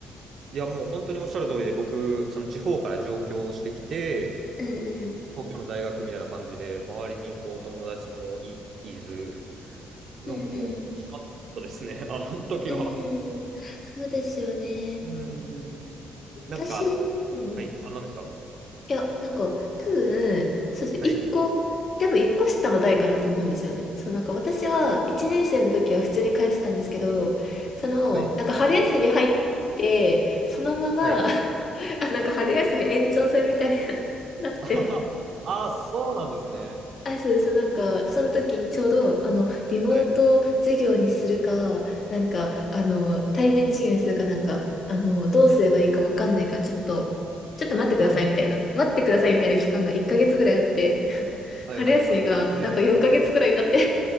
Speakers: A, on the right; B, on the left.
A: いや、もう本当におっしゃる通りで、僕、その地方から上京してきて、
B: うんうん。
A: 東京の大学みたいな感じで、周りにこう友達もい、いず、<laughs> なんかもう苦しかったですね、
B: うんうん。
A: あの時は。
B: うん、そうですよね。
A: うー
B: うん、
A: ん。なんかあの、
B: 私、うん。
A: はい、
B: い
A: あ、何ですか
B: や、なんか、多分、そうですね、
A: はい、
B: 一個、でも一個下の代かなと思うんですよね。そう、なんか私は、一年生の時は普通に通ってたんですけど、その、
A: はい、
B: なんか春休み入って、そのまま、
A: はい。
B: <laughs> あ、なんか春休み延長戦みたいになって、
A: <laughs> あははあ、そうなんですね。
B: あ、そうです。なんか、その時にちょうど、あの、リモート授業にするか、
A: はい。
B: なんか、あの、対面授業にするかなんか、あの、どうすればいいかわかんないから、ちょっと、ちょっと待ってくださいみたいな、
A: はい、
B: 待ってくださいみたいな期間が1ヶ月ぐらいあって、<laughs>
A: はい、
B: 春休みがなんか4ヶ月くらいになって
A: はい、はいはい。え